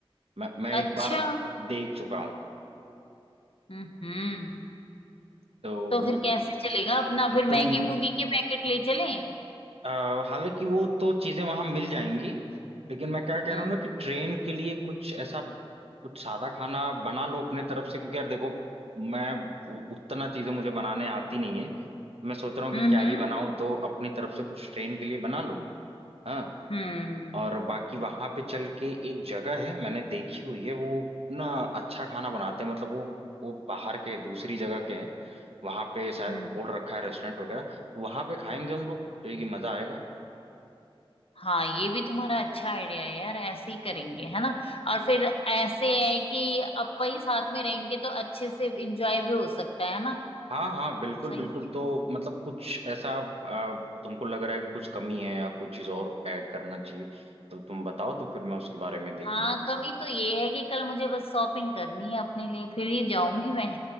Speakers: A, on the right (about 85°); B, on the left (about 70°).
A: मैं मैं एक
B: अच्छा
A: बार देख चुका हूँ
B: हम्म हम्म
A: तो
B: तो
A: वो
B: फिर कैसे
A: एक-
B: चलेगा अपना फिर
A: एकदम
B: मैगी मूगी के पैकेट ले चलें
A: अ, हालांकि वो तो चीजें वहां मिल जाएंगी लेकिन मैं क्या कह
B: हम्म
A: रहा हूँ ना कि ट्रेन के लिए कुछ ऐसा कुछ सादा खाना बना लो अपने तरफ से क्योंकि यार देखो मैं उ- उतना चीजें मुझे बनाने आती नहीं है मैं सोच रहा हूँ
B: हम्म
A: कि क्या ही बनाऊं तो अपनी तरफ से कुछ ट्रेन के लिए बना लो हाँ
B: हम्म
A: और बाकी वहां पे चल के एक जगह है मैंने देखी हुई है वो ना अच्छा खाना बनाते हैं मतलब वो वो बाहर के दूसरी जगह के हैं वहां पे शायद
B: हम्म
A: खोल रखा है रेस्टोरेंट वगैरह तो वहां पे खाएंगे हम लोग जो है कि मजा आएगा
B: हाँ ये भी तुम्हारा अच्छा आइडिया है यार ऐसे ही करेंगे है ना और फिर ऐसे है कि अपा ही साथ में रहेंगे तो अच्छे से एंजॉय भी हो सकता है ना
A: हाँ हाँ बिल्कुल
B: सही
A: बिल्कुल
B: है
A: तो मतलब कुछ ऐसा आ, तुमको लग रहा है कि कुछ कमी है या कुछ चीज और ऐड करना चाहिए तो तुम बताओ तो फिर मैं उसके बारे में देखूं
B: हाँ कमी तो ये है कि कल मुझे बस शॉपिंग करनी है अपने लिए फिर ही जाऊंगी मैं